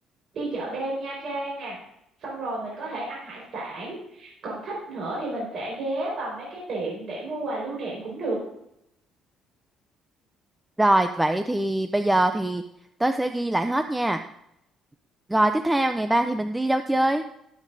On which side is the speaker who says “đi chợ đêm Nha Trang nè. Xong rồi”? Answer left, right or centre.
Right